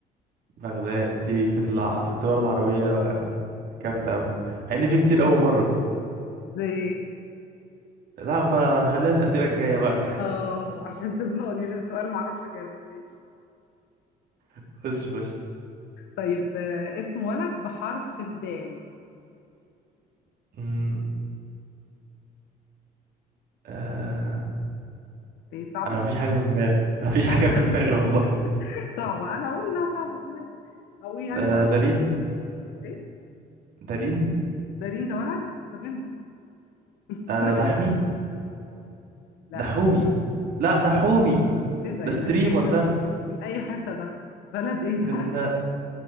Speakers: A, on the right; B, on the left.
A: بغداد انتي في الع... في الدول العربيه جامدة أوي مع إن في كتير أوي بره
B: زي ايه
A: لا بقى هنخليها الأسئلة الجاية بقى
B: اه عشان تزنقني في السؤال ما اعرفش اجاوب ماشي
A: <laughs> خش خش
B: طيب آه اسم ولد بحرف الدال
A: مم. آه...
B: ايه صعبه
A: أنا مفيش حاجة في دماغي <laughs> مفيش حاجة
B: ايوه
A: في
B: <laughs>
A: دماغي والله
B: صعبه انا اقول انها صعبه تمام اقول يعني
A: آه
B: خلاص
A: دارين
B: ايه
A: دارين
B: دارين ده ولد ده بنت <laughs>
A: آه دحمي
B: لا
A: دحومي لا دحومي
B: ايه ده
A: ده
B: ايه
A: ستريمر
B: ده كده
A: ده
B: من اي حته ده بلد ايه ده
A: من آه،